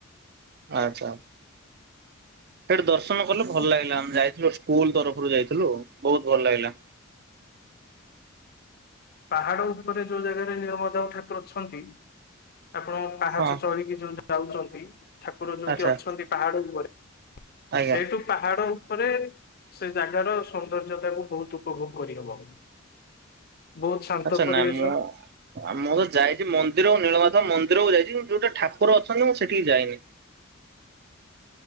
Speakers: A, on the right (about 50°); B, on the left (about 50°).
A: ଆଚ୍ଛା ସେଠି ଦର୍ଶନ କଲେ ଭଲ ଲାଗିଲା ଆମେ ଯାଇଥିଲୁ ସ୍କୁଲ ତରଫରୁ ଯାଇଥିଲୁ ବହୁତ ଭଲ ଲାଗିଲା।
B: ପାହାଡ ଉପରେ ଯୋଉ ଜାଗାରେ ନିୀଳ ମାଧବ ଠାକୁର ଅଛନ୍ତି ଆପଣ ପାହାଚ
A: ହଁ
B: ଚଳି ଇଏ ଯୋଉ ଯାଉଛନ୍ତି ଠାକୁର ଯୋଉଠି
A: ଆଚ୍ଛା
B: ଅଛନ୍ତି ପାହାଡ ଉପରେ।
A: ଆଜ୍ଞା
B: ସେଇଠୁ ପାହାଡ ଉପରେ ସେ ଜାଗାର ସୌନ୍ଦର୍ଯ୍ୟତା କୁ ବହୁତ ଉପଭୋଗ କରିହବ। ବହୁତ ଶାନ୍ତ
A: ଆଛା
B: ପରିବେଶ
A: ନାମ ଆଉ ମୁଁ ତ ଯାଇଛି ମନ୍ଦିର ଆଉ ନୀଳମାଧ ମନ୍ଦିର କୁ ଯାଇଛି କିନ୍ତ ଯୋଉଠେ ଠାକୁର ଅଛନ୍ତି ମୁଁ ସେଠିକି ଯାଇନି।